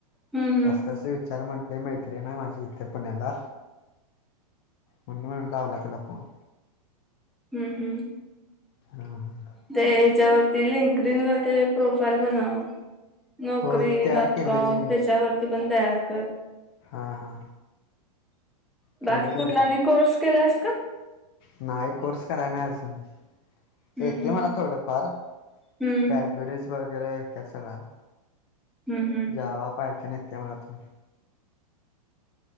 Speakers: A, in the centre; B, on the left.
A: हम्म हम्म
B: असं असं विचार म्हण ते मैत्रीण आहे माझी इथं पुण्याला म्हणू म्हणून लावला तूला फोन.
A: हम्म हम्म.
B: हा हा
A: ते ह्याच्यावर ती लिंकडीन वर ते प्रोफाईल बनाव. नोकरी
B: होय तयार
A: डॉट
B: केलं
A: कॉम
B: की मी
A: त्याच्यावरती पण तयार कर.
B: हा हा. केलं
A: बाकी
B: त्याच्यावर
A: कुठला आणि कोर्स केलायस का?
B: नाय कोर्स कराय नाय अजून
A: हम्म
B: येते
A: हम्म
B: मला थोडंफार.
A: हम्म
B: ज्युडस वगैरे येत्यात सगळं आम्
A: हम्म हम्म.
B: जावा पायथॉन येते मला थो